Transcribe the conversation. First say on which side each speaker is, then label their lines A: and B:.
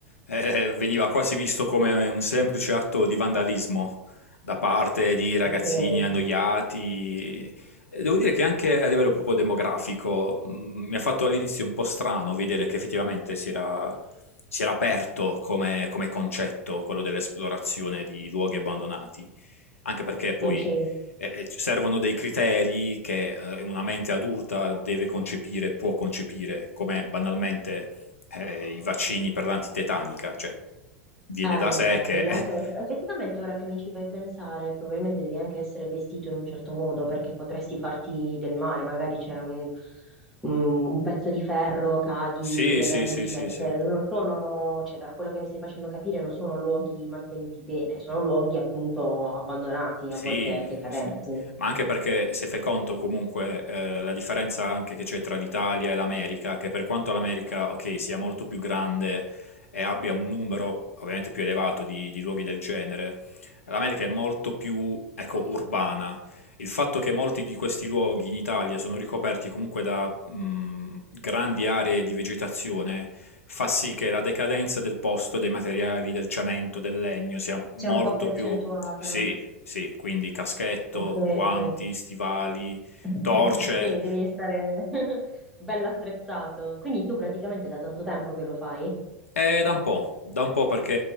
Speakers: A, on the left; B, in the centre.
A: eh, veniva quasi visto come un semplice atto di vandalismo da parte di ragazzini
B: Ok,
A: annoiati. E Devo dire che anche a livello proprio demografico mh, mi ha fatto all'inizio un po' strano vedere che effettivamente si era, si era aperto come, come concetto quello dell'esplorazione di luoghi abbandonati. Anche perché poi
B: ok.
A: eh, eh, ci servono dei criteri che eh, una mente adulta deve concepire, può concepire, come banalmente eh, i vaccini per l'antitetanica, cioè viene
B: Eh, vabbè,
A: da sé che...
B: devi
A: <laughs>
B: anche, effettivamente ora che mi ci fai pensare, probabilmente devi anche essere vestito in un certo modo perché potresti farti del male, magari c'è un, un- un pezzo di ferro, cadi,
A: Sì,
B: c'è della
A: sì,
B: ruggine,
A: sì, sì,
B: perché
A: sì.
B: non sono, cioè da quello che mi stai facendo capire, non sono luoghi mantenuti bene, sono luoghi appunto abbandonati,
A: Sì,
B: a volte decadenti.
A: sì. Ma anche perché se fai conto comunque eh, la differenza anche che c'è tra l'Italia e l'America, che per quanto l'America, ok, sia molto più grande e abbia un numero ovviamente più elevato di, di luoghi del genere, l'America è molto più, ecco, urbana. Il fatto che molti di questi luoghi in Italia sono ricoperti comunque da mh, grandi aree di vegetazione fa sì che la decadenza del posto, dei materiali, del cemento, del legno sia molto
B: C'è un po' più accentuata.
A: più... Sì, sì, quindi caschetto,
B: Ok, ok.
A: guanti, stivali,
B: <laughs>
A: torce.
B: Sì, devi stare <laughs> bello attrezzato. Quindi tu praticamente da tanto tempo che lo fai?
A: È da un po', da un po' perché